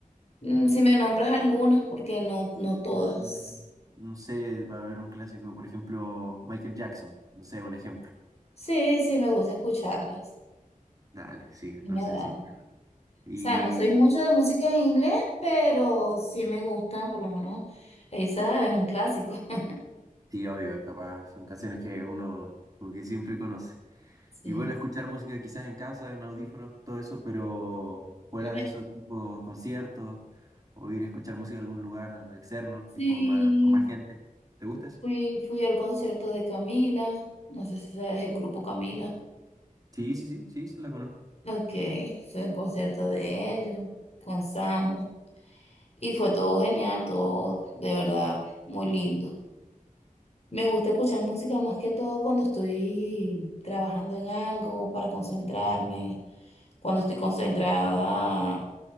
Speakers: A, on the left; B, on the right.
A: Mm, si me nombras algunas, porque no, no todas.
B: Mm, mm, No sé, para ver un clásico, por ejemplo, Michael Jackson. No sé, un ejemplo.
A: Sí, sí, me gusta escucharlas
B: Dale, sí,
A: y
B: no
A: me agrada.
B: sé, sí.
A: O
B: Y
A: sea, no soy mucho de música en inglés, pero sí me gustan, por lo menos esa es un clásico. <laughs>
B: sí, obvio, capaz, son canciones que uno como que siempre conoce.
A: Sí.
B: Y bueno, escuchar música quizás en casa, en audífonos, todo eso, pero fuera
A: Me-
B: de eso, tipo conciertos, o ir a escuchar música a algún lugar externo,
A: Sí,
B: tipo más, con más gente. ¿Te gusta eso?
A: fui, fui al concierto de Camila. No sé si sabes el grupo Camila.
B: Sí, sí, sí, sí, sí, la conozco.
A: Ok, fui a un concierto de ellos con Samu. Y fue todo genial, todo de verdad muy lindo. Me gusta escuchar música más que todo cuando estoy trabajando en algo para concentrarme, cuando estoy concentrada